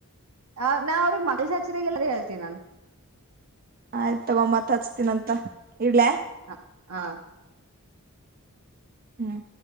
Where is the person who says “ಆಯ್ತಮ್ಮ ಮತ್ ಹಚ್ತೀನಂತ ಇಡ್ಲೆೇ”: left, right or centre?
Right